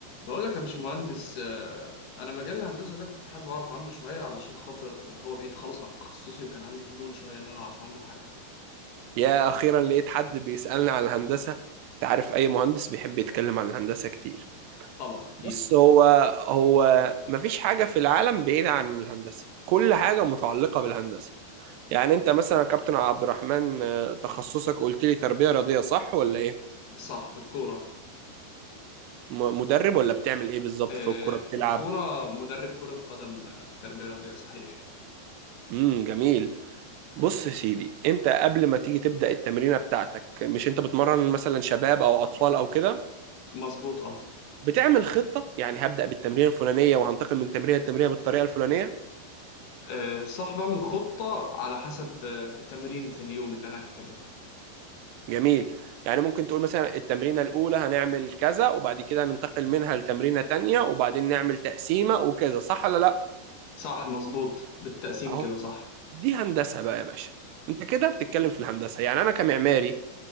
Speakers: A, on the left; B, on the right.
A: بقول لك يا باشمهندس آه، انا مجال الهندسه ده كنت حابب اعرف عنه شويه علشان خاطر آه، هو بعيد خالص عن تخصصي وكان عندي فضول شويه ان انا اعرف عنه حاجه
B: يا أخيرا لقيت حد بيسألني عن الهندسة أنت عارف أي مهندس بيحب يتكلم عن الهندسة كتير
A: طبعا اكيد
B: بص هو هو مفيش حاجة في العالم بعيدة عن الهندسة كل حاجة متعلقة بالهندسة يعني أنت مثلا يا كابتن عبد الرحمن آه، تخصصك قلت لي تربية رياضية صح ولا إيه؟
A: صح في الكوره
B: م- مدرب ولا بتعمل إيه بالظبط
A: آه،
B: في الكورة بتلعب؟
A: في الكوره مدرب كره قدم آه، في تربيه رياضيه صحيح
B: امم جميل بص يا سيدي انت قبل ما تيجي تبدأ التمرينة بتاعتك مش انت بتمرن مثلا شباب او اطفال او كده
A: مظبوط اه
B: بتعمل خطة يعني هبدأ بالتمرين الفلانية وهنتقل من تمرين التمرية بالطريقة الفلانية
A: آه، صح بعمل خطه على حسب آه، تمرينة اليوم اللي انا كاتبها
B: جميل يعني ممكن تقول مثلا التمرينة الأولى هنعمل كذا وبعد كده ننتقل منها لتمرينة تانية وبعدين نعمل تقسيمة وكذا صح ولا لا؟
A: صح مظبوط بالتقسيم
B: أهو
A: كده صح
B: دي هندسة بقى يا باشا أنت كده بتتكلم في الهندسة يعني أنا كمعماري